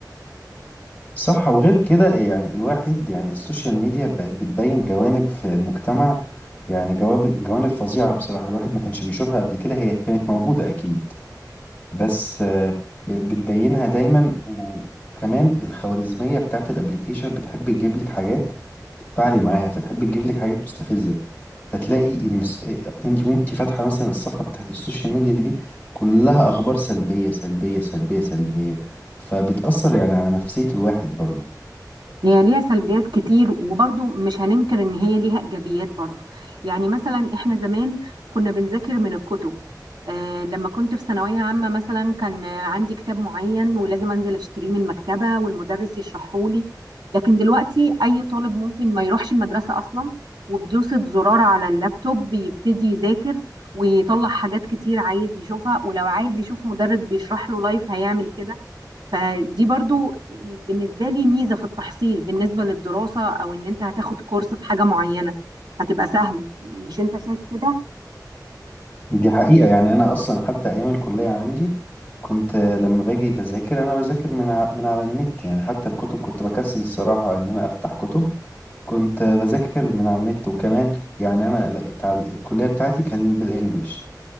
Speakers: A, on the left; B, on the right.
A: صح وغير كده يعني الواحد يعني السوشيال ميديا بقت بتبين جوانب في المجتمع يعني جوانب جوانب فظيعة بصراحة الواحد ما كانش بيشوفها قبل كده هي كانت موجودة اكيد بس آه، بقت بتبينها دايما وكمان الخوارزمية بتاعت الابليكيشن بتحب تجيب لك حاجات تتفاعلي معاها فتحب تجيب لك حاجات مستفزة فتلاقي ان س- انت وانت فاتحة مثلا الصفحة بتاعت السوشيال ميديا دي كلها اخبار سلبية سلبية سلبية سلبية فبتأثر يعني على نفسية الواحد برضه
B: هي ليها سلبيات كتير وبرضو مش هننكر ان هي ليها ايجابيات برضو يعني مثلا احنا زمان كنا بنذاكر من الكتب آه لما كنت في ثانوية عامة مثلا كان آه، عندي كتاب معين ولازم انزل اشتريه من المكتبة والمدرس يشرحه لي لكن دلوقتي اي طالب ممكن ما يروحش المدرسة اصلا وبدوسة زرار على اللابتوب بيبتدي يذاكر ويطلع حاجات كتير عايز يشوفها ولو عايز يشوف مدرس بيشرح له لايف هيعمل كده فدي برضو بالنسبة لي ميزة في التحصيل بالنسبة للدراسة أو إن أنت هتاخد كورس في حاجة معينة هتبقى سهلة مش أنت شايف كده
A: دي حقيقة يعني انا اصلا حتى ايام الكلية عندي كنت آه، لما باجي بذاكر انا بذاكر من ع- من على النت يعني حتى الكتب كنت بكسل الصراحة ان انا افتح كتب كنت بذاكر من على النت وكمان يعني انا لا- اتع- الكليه بتاعتي كانت بالانجلش